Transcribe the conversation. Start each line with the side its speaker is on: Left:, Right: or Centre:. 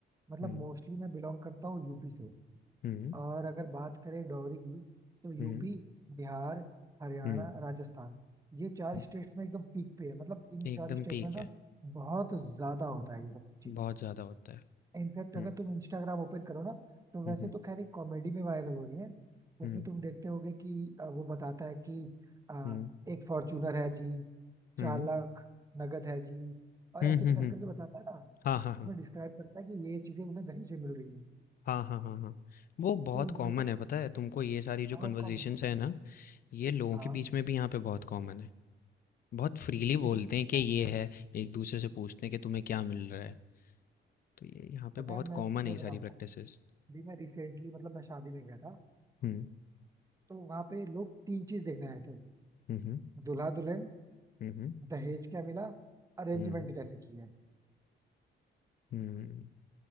Right: मतलब
Left: हम्म
Right: मोस्टली मैं बिलोंग करता हूँ यूपी से
Left: हम्म
Right: और अगर बात करें डॉवरी की तो यूपी
Left: हम्म
Right: बिहार हरियाणा
Left: हम्म
Right: राजस्थान ये चार
Left: हम्म,
Right: स्टेट्स में एकदम पीक पे है मतलब इन
Left: एकदम
Right: चार स्टेट्स
Left: पीक
Right: में ना
Left: है।
Right: बहुत ज्यादा होता है ये सब चीजें
Left: बहुत ज़्यादा होता है।
Right: इनफैक्ट
Left: हम्म
Right: अगर तुम इंस्टाग्राम ओपन करो ना तो
Left: हुँ,
Right: वैसे
Left: हुँ।
Right: तो खैर एक कॉमेडी में वायरल हो रही है जिसमें
Left: हुँ,
Right: तुम देखते होगे कि अ, वो बताता है कि अ,
Left: हुँ,
Right: एक फॉर्च्यूनर है जी
Left: हुँ।
Right: चार लाख नगद है जी और
Left: हुँ,
Right: ऐसे
Left: हुँ,
Right: कर
Left: हुँ।
Right: करके बताता है ना
Left: हाँ, हाँ, हाँ।
Right: इसमें डिस्क्राइब करता है कि ये चीजें उन्हें दहेज में मिल रही हैं
Left: हाँ, हाँ, हाँ, हाँ। वो बहुत
Right: तो ये
Left: कॉमन
Right: वैसे
Left: है पता है, तुमको ये सारी जो
Right: बहुत
Left: कन्वर्सेशंस
Right: कॉमन
Left: है ना, ये लोगों
Right: हाँ
Left: के बीच में भी यहाँ पे बहुत कॉमन है। बहुत फ्रीली बोलते
Right: ये तो मुझे
Left: हैं कि
Right: पता
Left: ये
Right: है
Left: है, एक-दूसरे से पूछते हैं कि तुम्हें क्या मिल रहा है। तो ये यहाँ पे
Right: पता
Left: बहुत
Right: है, मैं
Left: कॉमन
Right: तुम्हें
Left: है ये सारी
Right: बताऊंगा
Left: प्रैक्टिसेस।
Right: भी मैं रिसेंटली मतलब मैं शादी में गया था
Left: हुँ,
Right: तो वहां पे लोग तीन चीज देखने आए थे
Left: हुँ, हुँ,
Right: दूल्हा दुल्हन
Left: हुँ, हुँ,
Right: दहेज क्या मिला अरेंजमेंट
Left: हुँ,
Right: कैसे की है
Left: हुँ।